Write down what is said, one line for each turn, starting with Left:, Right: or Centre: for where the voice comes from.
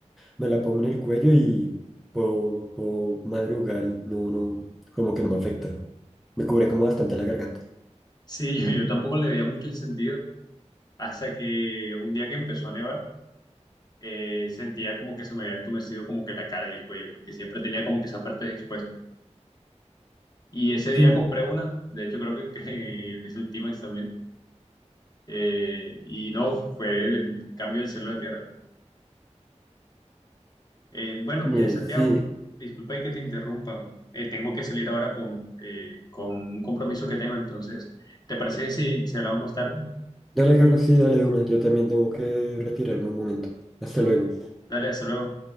Centre: me la pongo en el cuello y puedo, puedo madrugar y no, no, como que no me afecta. Me cubre como bastante la garganta.
Left: Sí, <laughs> yo, yo tampoco le veía mucho el sentido Hasta que un día que empezó a nevar, eh, sentía como que se me había entumecido como que la cara y el cuello, porque siempre tenía como que esas partes expuestas. Y ese día
Centre: Sí,
Left: compré una, de hecho creo que, que <laughs> el T-Max también, eh, y no, fue el cambio del cielo a la tierra. Eh, bueno,
Centre: eh,
Left: eh, Santiago,
Centre: sí.
Left: disculpa y que te interrumpa, Eh, tengo que salir ahora con, eh, con un compromiso que tengo, entonces, ¿te parece si, si hablamos más tarde?
Centre: Dale, Carlos, sí, dale de una. Yo también tengo que retirarme un momento. Hasta luego.
Left: Dale, hasta luego.